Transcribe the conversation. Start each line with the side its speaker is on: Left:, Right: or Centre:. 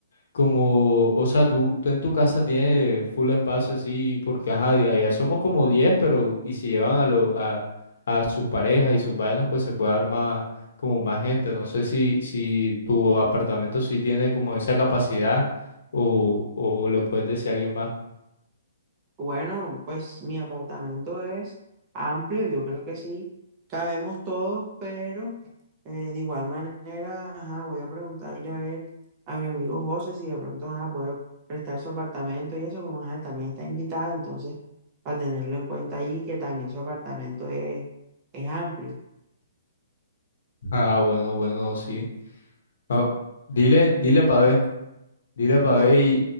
Left: como, o sea, tú, tú en tu casa tienes full espacio así, porque ajá, de allá somos como 10 pero y si llevan a lo, a, a sus parejas y sus vainas, pues se puede armar como más gente. No sé si, si tu apartamento sí tiene como esa capacidad o, o le puedes decir a alguien más.
Right: Bueno, pues mi apartamento es amplio, yo creo que sí, cabemos todos, pero eh, de igual manera, ajá, voy a preguntarle a ver a mi amigo José si de pronto ajá, puede prestar su apartamento y eso, como ajá, también está invitado, entonces para tenerlo en cuenta allí, que también su apartamento es, es amplio.
Left: Ah, bueno, bueno, sí. Ah, dile, dile pa' ver, dile pa'
Right: Ya
Left: ver y,